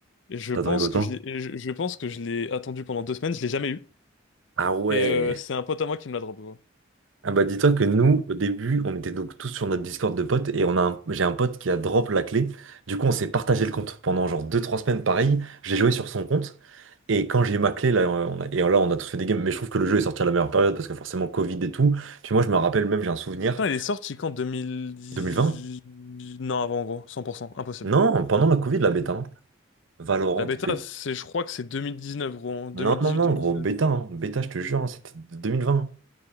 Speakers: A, on the left; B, on the right.
A: Je
B: T'as
A: pense
B: trouvé autant?
A: que je l'ai, je, je pense que je l'ai attendu pendant deux semaines, je l'ai jamais eu.
B: Ah ouais.
A: Et euh, c'est un pote à moi qui me l'a drop, gros.
B: Ah bah dis-toi que nous, au début, on était donc tous sur notre Discord de potes et on a un- j'ai un pote qui a drop la clé. Du coup, on s'est partagé le compte pendant genre deux trois semaines pareil. J'ai joué sur son compte et quand j'ai eu ma clé, là, on a- et là, on a tous fait des games. Mais je trouve que le jeu est sorti à la meilleure période parce que forcément, Covid et tout. Puis moi, je me rappelle même, j'ai un souvenir.
A: Putain, il est sorti quand 2010...
B: 2020?
A: Non, avant, gros, 100%, impossible.
B: Non, pendant la Covid, la bêta. hein. Valorant
A: La bêta,
B: bêta.
A: c'est, je crois que c'est 2019, gros, 2018-2019.
B: Non, non, non, gros, bêta. hein. Bêta, je te jure, hein, c'était 2020. hein.